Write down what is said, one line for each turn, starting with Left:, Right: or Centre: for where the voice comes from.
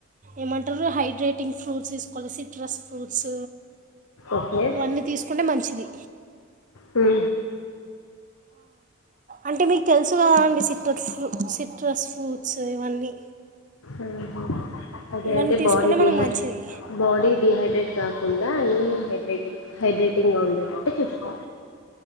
Right: ఏమంటారు హైడ్రెటింగ్ ఫ్రూట్స్ తీసుకోవాలి సిట్రాస్ ఫ్రూట్స్
Left: ఓకే
Right: ఇవన్నీ తీసుకుంటే మంచిది
Left: ఉ
Right: అంటే మీకు తెలుసు కదా అండి సిట్రస్ ఫ సిట్రస్ ఫ్రూట్స్ ఇవన్నీ
Left: ఉహు అదే
Right: ఇవన్నీ
Left: అంటే
Right: తీసుకుంటే
Left: బాడీ
Right: మనకు
Left: డిహై
Right: మంచిది
Left: బాడీ డిహైడ్రేట్ కాకుండా అన్నీ హైడ్రేట్ హైడ్రేటింగ్గా ఉండేటట్టు చూసుక్కో